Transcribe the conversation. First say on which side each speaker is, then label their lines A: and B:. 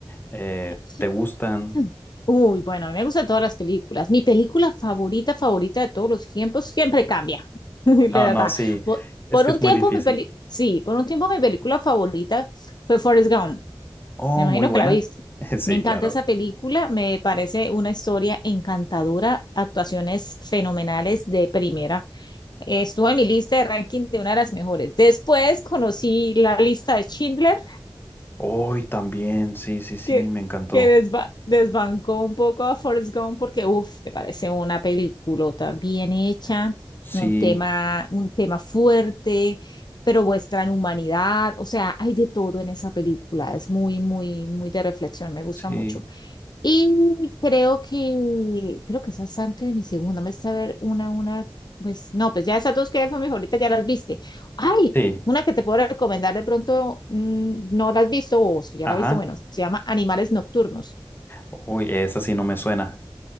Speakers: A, on the left; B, on the left.
A: eh,
B: <clears throat>
A: te gustan.
B: Uy, bueno, a mí me gustan todas las películas. Mi película favorita, favorita de todos los tiempos, siempre cambia, <laughs> la
A: Ah,
B: verdad.
A: no, sí.
B: Por,
A: Es
B: por
A: que
B: un
A: es
B: tiempo
A: muy difícil.
B: mi peli, sí, por un tiempo mi película favorita fue Forrest Gump.
A: Oh,
B: Me imagino
A: muy buena.
B: que la viste.
A: <laughs> Sí,
B: Me encanta
A: claro.
B: esa película, me parece una historia encantadora, actuaciones fenomenales de primera. Estuvo en mi lista de ranking de una de las mejores. Después conocí la lista de Schindler
A: Hoy también. Sí, sí, sí.
B: que,
A: Me encantó.
B: que desba- desbancó un poco a Forrest Gump porque, uff, me parece una peliculota bien hecha,
A: Sí,
B: un tema, un tema fuerte, pero muestran humanidad, o sea, hay de todo en esa película, es muy, muy, muy de reflexión, me gusta
A: sí,
B: mucho. Y creo que, creo que esas antes de mi segunda, me está a ver una, una, pues no, pues ya esas dos que fue mi favorita, ya las viste. Ay,
A: sí.
B: una que te puedo recomendar de pronto, mm, no la has visto o si ya
A: Ajá.
B: la viste, bueno, se llama Animales Nocturnos.
A: Uy, esa sí no me suena.